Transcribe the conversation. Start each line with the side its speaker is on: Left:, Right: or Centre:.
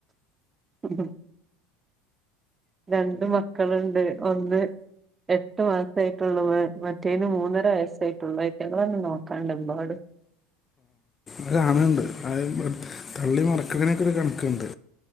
Right: ഉം. രണ്ട് മക്കള്ണ്ട് ഒന്ന്. എട്ട് മാസായിട്ടൊള്ളു മ മറ്റേന് മൂന്നര വയസ്സായിട്ടൊള്ളു ഐറ്റ്ങ്ങളെന്നെ നോക്കാണ്ടെമ്പാട്.
Left: ഒരാണ് ണ്ട് അഹ്. <unintelligible> തള്ളി മറക്കണി ഒക്കെ ഒര് കണക്ക്ണ്ട്